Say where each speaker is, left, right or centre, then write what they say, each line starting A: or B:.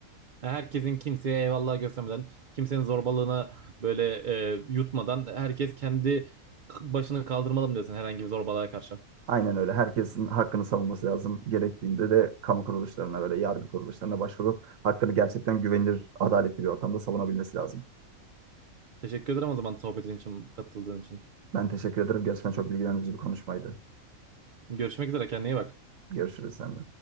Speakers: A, on the right (about 50°); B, on the right (about 75°).
A: Herkesin kimseye eyvallah göstermeden, kimsenin zorbalığına böyle e, yutmadan herkes kendi başını kaldırmalı mı diyorsun herhangi bir zorbalığa karşı.
B: Aynen öyle. Herkesin hakkını savunması lazım. Gerektiğinde de kamu kuruluşlarına, böyle yargı kuruluşlarına başvurup hakkını gerçekten güvenilir, adaletli bir ortamda savunabilmesi lazım.
A: Teşekkür ederim o zaman sohbetin için katıldığın için.
B: Ben teşekkür ederim. Gerçekten çok bilgilendirici bir konuşmaydı.
A: Görüşmek üzere kendine iyi bak.
B: Görüşürüz seninle.